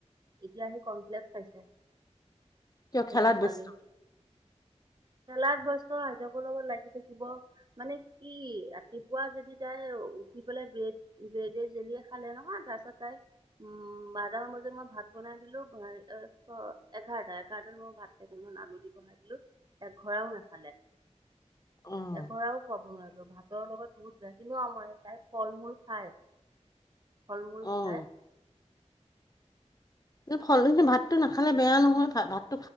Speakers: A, on the right (about 40°); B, on the left (about 30°).
A: এতিয়া আহি কমপ্লেক্স খাইছে। সেয়া
B: কিয় খেলাত
A: পোৱালি
B: ব্যস্ত
A: খেলাত বস্ত আইতাকৰ লগত লাগি থাকিব। মানে কি ৰাতিপুৱা যদি তাই উঠি পেলাই বে- গেজে জেলিয় খালে নহয় তাছত তাই উম বাৰটামান বজাত মই ভাত বনাই দিলো। ই এক ক এঘাৰটা এঘাৰটাত মোৰ ভাত কেইটমান আলু দি বহাই দিলো এঘৰাও নাখালে।
B: অ'
A: এঘৰাও খাব নোৱাৰিলো ভাতৰ লগত বহুত বেয়া কিন্তু আমাৰ তাই ফল মূল খায়। ফল মূল
B: অ'।
A: খাই।
B: এই ফল কিন্তু ভাতটো নাখালে বেয়া নহয় ভাত